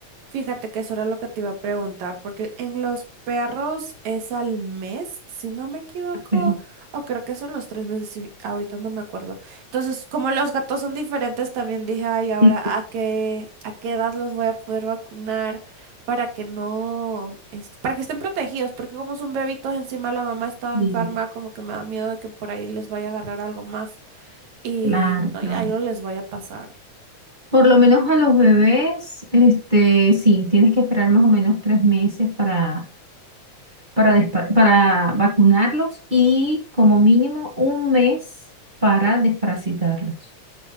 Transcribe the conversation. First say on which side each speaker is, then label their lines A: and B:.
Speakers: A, on the right; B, on the right.
A: Fíjate que eso era lo que te iba a preguntar, porque en los perros es al mes, si no me equivoco,
B: Ok.
A: o creo que son los tres meses, si ahorita no me acuerdo. Entonces, como los gatos son diferentes, también dije, ay, ahora,
B: Sí,
A: ¿a qué, a qué edad los voy a poder vacunar para que no, este, para que estén protegidos? Porque como son bebitos, encima la mamá estaba
B: sí,
A: enferma, como que me da miedo de que por ahí les vaya a agarrar algo más y
B: claro,
A: no,
B: claro.
A: y ahí no les vaya a pasar.
B: Por lo menos a los bebés, este, sí, tienes que esperar más o menos tres meses para, para, despa- para vacunarlos y como mínimo un mes para desparasitarlos.